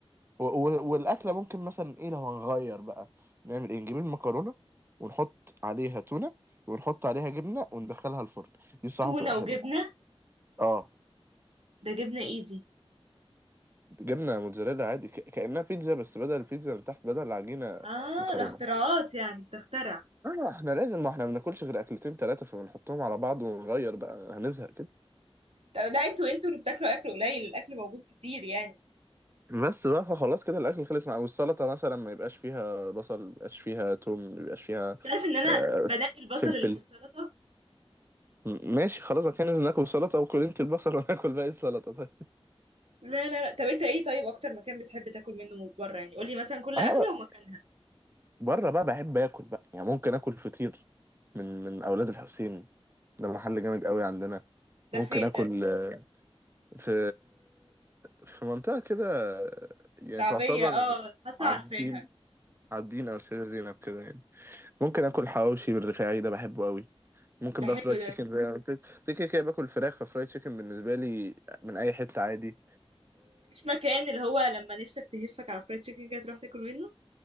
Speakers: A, on the right; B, on the right.
A: و- و- والاكله ممكن مثلا ايه لو هنغير بقى نعمل ايه نجيب المكرونه ونحط عليها تونه ونحط عليها جبنه وندخلها الفرن دي بصراحه
B: تونه
A: تبقى حلوه
B: وجبنه
A: اه
B: ده جبنه ايدي
A: جبنه موتزاريلا عادي ك- كانها بيتزا بس بدل البيتزا من تحت بدل العجينه
B: اه
A: مكرونه
B: ده اختراعات يعني بتخترع
A: اه احنا لازم ما احنا ما بناكلش غير اكلتين ثلاثه فبنحطهم على بعض ونغير بقى هنزهق كده
B: طب لا انتوا انتوا اللي بتاكلوا اكل قليل الاكل موجود كتير يعني
A: بس بقى فخلاص كده الاكل خلص مع والسلطه مثلا ما يبقاش فيها بصل ما يبقاش فيها توم ما يبقاش فيها
B: تعرف ان انا
A: آه،
B: بنقي البصل
A: فلفل
B: اللي في السلطة
A: م- ماشي خلاص انا كان ناكل سلطه او كل انت البصل وناكل باقي السلطه طيب
B: لا لا لا طب انت ايه طيب اكتر مكان بتحب تاكل منه من بره يعني قولي مثلا كل
A: انا
B: اكله
A: بقى-
B: ومكانها
A: بره بقى بحب اكل بقى يعني ممكن اكل فطير من من اولاد الحسين ده محل جامد قوي عندنا
B: ده
A: ممكن
B: فين
A: اكل
B: ده
A: آه، في في منطقه كده آه، يعني
B: شعبية
A: تعتبر
B: اه حاسة
A: عابدين
B: عارفاها
A: عابدين او سيدة زينب كده يعني ممكن اكل حواوشي بالرفاعي ده بحبه قوي ممكن
B: ده
A: بقى
B: حلو
A: فرايد تشيكن
B: ده
A: زي ما قلت لك. في كده كده باكل فراخ ففرايد تشيكن بالنسبه لي من اي حته عادي
B: مفيش مكان اللي هو لما نفسك تهفك على فرايد تشيكن كده تروح تاكل منه